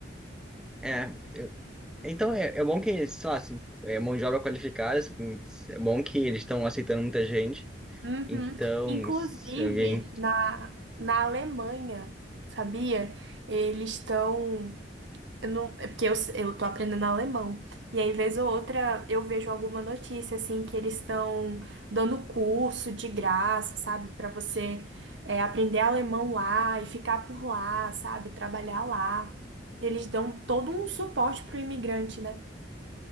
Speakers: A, in the centre; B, on the right (about 75°).
A: É, eu- então é, é bom que, sei lá, se- é mão de obra qualificada, assim, é bom que eles estão aceitando muita gente.
B: Uhum.
A: Então,
B: Inclusive
A: se alguém.
B: na, na Alemanha, sabia? Eles estão Eu não, é porque eu, eu tô aprendendo alemão. E aí, vez ou outra, eu vejo alguma notícia, assim, que eles estão dando curso de graça, sabe? Pra você é, aprender alemão lá e ficar por lá, sabe? Trabalhar lá. Eles dão todo um suporte pro imigrante, né?